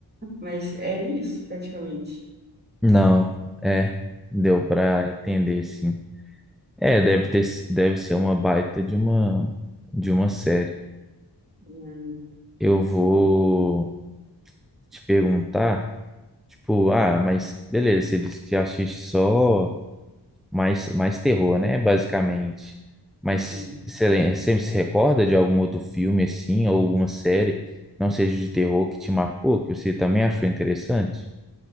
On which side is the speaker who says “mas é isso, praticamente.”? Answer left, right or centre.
Right